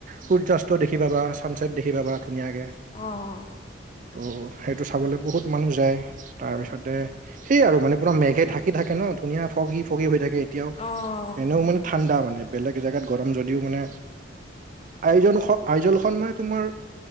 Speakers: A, on the right; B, on the left.
A: সূৰ্য্যা <unintelligible> <unintelligible> দেখি পাবা, চানচছেট দেখি পাবা ধুনীয়াকে। <inaudible>
B: অঁ
A: ত' সেইটো চাবলে বহুত মানুহ যায় তাৰপিছতে সেই আৰু মানে পুৰা মেঘে ঢাকি ঢাকে ন ধুনীয়া ফগি ফগি হৈ থাকে এতিয়াও।
B: অঁ
A: এনেও
B: অঁ
A: মানে ঠাণ্ডা মানে বেলেগ জেগাত গৰম যদিও মানে আইনজখ আইজনলখন মানে তোমাৰ